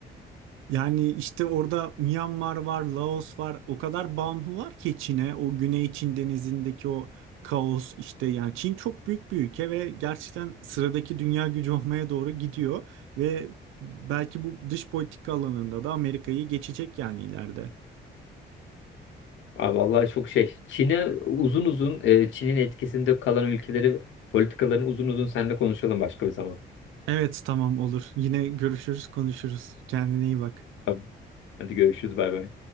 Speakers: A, on the right; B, on the left.
A: Yani işte orada Myanmar var, Laos var. O kadar bağımlılar ki Çin'e, o Güney Çin Denizi'ndeki o kaos işte yani Çin çok büyük bir ülke ve gerçekten sıradaki dünya gücü olmaya doğru gidiyor ve belki bu dış politika alanında da Amerika'yı geçecek yani ileride.
B: Abi vallahi çok şey. Çin'e uzun uzun e, Çin'in etkisinde kalan ülkeleri politikalarını uzun uzun seninle konuşalım başka bir zaman.
A: Evet tamam olur. Yine görüşürüz, konuşuruz. Kendine iyi bak.
B: Tamam. Hadi görüşürüz bay bay.